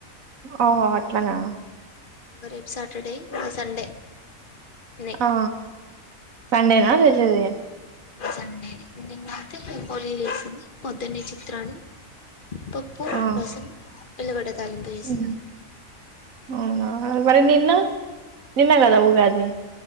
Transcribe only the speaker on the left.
రేపు సాటర్డే సండే నే
సండే నిన్నాయితే పోలీలు చేసింది పొద్దున్నే చిత్రాన్నాం పప్పు
రసం ఉల్లుగడ్డ తాలింపు చేేసింది